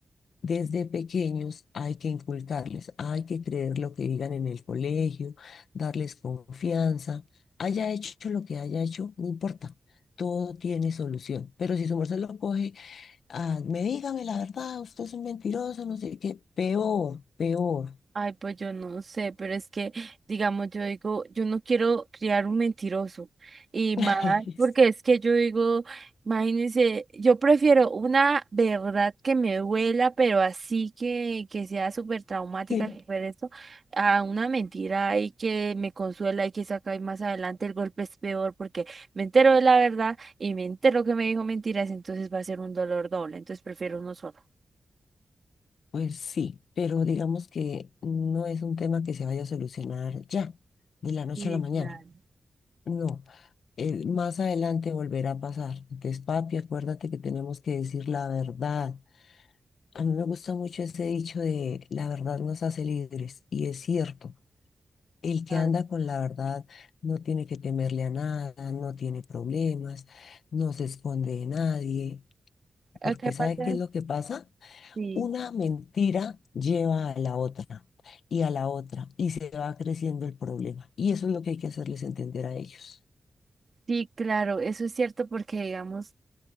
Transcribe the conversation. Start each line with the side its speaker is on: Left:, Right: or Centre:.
Left: desde pequeños hay que inculcarles, hay que creer lo que digan en el colegio, darles confianza, haya hecho lo que haya hecho, no importa. Todo tiene solución, pero si su merced lo coge, ah, me dígame la verdad, usted es un mentiroso, no sé qué, peor, peor.
Right: Ay, pues yo no sé, pero es que, digamos, yo digo, yo no quiero criar un mentiroso. Y más,
Left: <laughs>
Right: porque es que yo digo, imagínense, yo prefiero una verdad que me duela, pero así que, que sea súper traumática,
Left: sí
Right: súper esto, a una mentira ahí que me consuela y que saca y más adelante el golpe es peor porque me entero de la verdad y me entero que me dijo mentiras, entonces va a ser un dolor doble, entonces prefiero uno solo.
Left: Pues sí, pero digamos que no es un tema que se vaya a solucionar ya, de la noche
Right: Sí,
Left: a la mañana.
Right: claro.
Left: No, eh, más adelante volverá a pasar. Entonces, papi, acuérdate que tenemos que decir la verdad. A mí me gusta mucho ese dicho de la verdad nos hace libres, y es cierto. El que
Right: <laughs> claro.
Left: anda con la verdad no tiene que temerle a nada, no tiene problemas, no se esconde de nadie,
Right: ¿A
Left: porque
Right: qué parte?
Left: ¿sabe qué es lo que pasa?
Right: Sí,
Left: Una mentira lleva a la otra y a la otra y se va creciendo el problema. Y eso es lo que hay que hacerles entender a ellos.
Right: sí, claro, eso es cierto porque, digamos,